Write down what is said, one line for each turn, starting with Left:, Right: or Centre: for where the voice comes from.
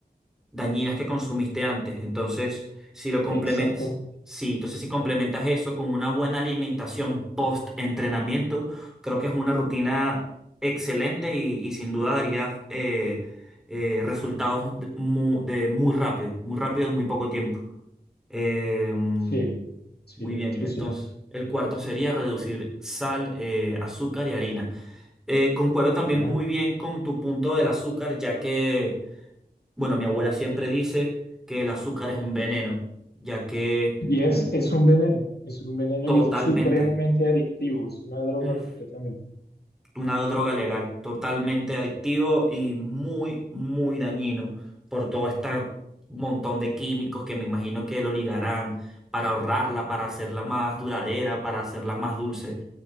Centre: dañinas que consumiste antes. Entonces, si lo complementas,
Left: exactamente.
Centre: sí, entonces si complementas eso con una buena alimentación post-entrenamiento, creo que es una rutina excelente y, y sin duda daría eh, eh, resultados de mu- de muy, rápido, muy rápido en muy poco tiempo. Eh, muy
Left: Sí, sí, de
Centre: bien,
Left: hecho
Centre: entonces
Left: sí.
Centre: el cuarto sería reducir sal, eh, azúcar y harina. Eh, concuerdo también
Left: Ajá.
Centre: muy bien con tu punto del azúcar, ya que bueno, mi abuela siempre dice que el azúcar es un veneno, ya que
Left: Y
Centre: mm,
Left: es, es un veneno, es un veneno
Centre: totalmente,
Left: y es supremamente adictivo, es una droga
Centre: mm,
Left: completamente.
Centre: una droga legal, totalmente adictivo y muy, muy dañino por todo este montón de químicos que me imagino que lo ligarán para ahorrarla, para hacerla más duradera, para hacerla más dulce.